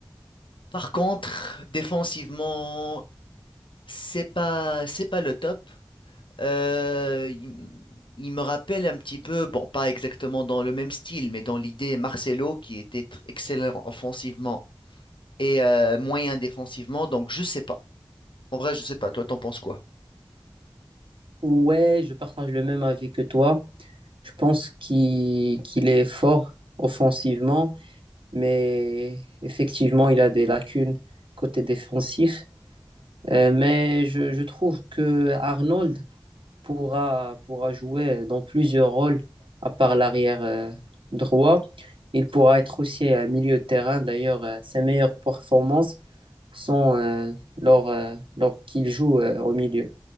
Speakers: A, on the left; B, on the right.
A: par contre, défensivement, c'est pas, c'est pas le top. Euh, il, il me rappelle un petit peu, bon, pas exactement dans le même style, mais dans l'idée Marcelo qui était tr- excellent offensivement et euh, moyen défensivement. Donc, je sais pas. En vrai, je sais pas. Toi, t'en penses quoi?
B: Ouais, je partage le même avis que toi. Je pense qu'il qu'il est fort offensivement, mais effectivement, il a des lacunes côté défensif. Euh, mais je, je trouve que Arnold pourra, pourra jouer dans plusieurs rôles, à part l'arrière euh, droit. Il pourra être aussi à milieu de terrain. D'ailleurs, euh, ses meilleures performances sont euh, lors, euh, lors qu'il joue euh, au milieu.